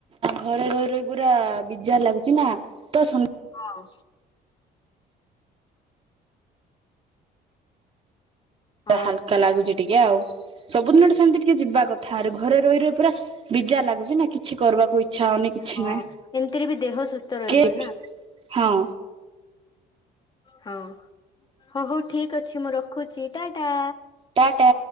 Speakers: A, on the right (about 35°); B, on the left (about 25°).
A: ଘରେ ରହି ରହି ପୁରା ବିଜାର ଲାଗୁଚି ନା। ତ ସ
B: ହଉ। ହଁ।
A: ହାଲକା ଲାଗୁଚି। ଟିକେ ଆଉ ସବୁଦିନଟା ସେମିତି ଟିକେ ଯିବା କଥା ଆଉରି ଘରେ ରହି ରହି ପୁରା ବିଜାର ଲାଗୁଚି ନା କିଛି କରୁବାକୁ ଇଚ୍ଛା ହଉନି। କିଛି
B: ହଁ
A: ନାହିଁ।
B: ଏମିତିରେ ବି ଦେହ ସୁସ୍ଥ ରହିବ
A: କେ
B: ନାଁ।
A: ହଁ
B: ହଁ ହଉ ହଉ ଠିକ୍ ଅଛି ମୁଁ ରଖୁଛି ଟା ଟା।
A: ଟାଟା।